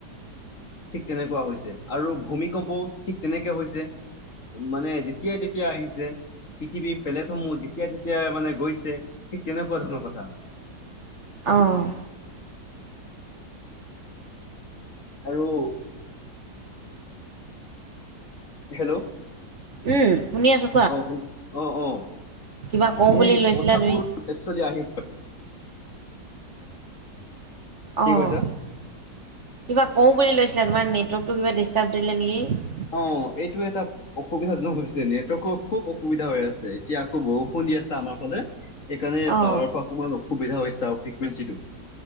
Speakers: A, on the left; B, on the right.
A: ঠিক তেনেকুৱা হৈছে আৰু ভূমিকম্পও ঠিক তেনেকে হৈছে। মানে যেতিয়াই তেতিয়া আহিছে পৃথিৱীৰ পেলেট সমূহ যে তেতিয়া তেতিয়া মানে গৈছে, ঠিক তেনেকুৱা ধৰণৰ কথা।
B: অঁ'
A: আৰু হেল্ল'
B: উম শুনি আছো
A: অ শুন অ অ
B: কিবা কওঁ বুলি
A: সেই
B: লৈছিলা
A: কথাবোৰ
B: তুমি?
A: একচুৱেলি আহি কি
B: অঁ
A: কৈছা?
B: কিবা কওঁ বুলি লৈছিলে তোমাৰ নেটৱৰ্কটো কিবা ডিষ্টাৰ্ব দিলে নেকি
A: অ এইটো এটা অসুবিধাজনক হৈছে নেটৱৰ্ খুব অসুবিধা হৈ আছে এতিয়া আকৌ বৰুষুণ দি আছে আমাৰ ফালে সেইকাৰণে
B: অ',
A: টাৱাৰৰ পৰা অকণমান অসুবিধা হৈছে ফ্ৰিকুৱেঞ্চি টো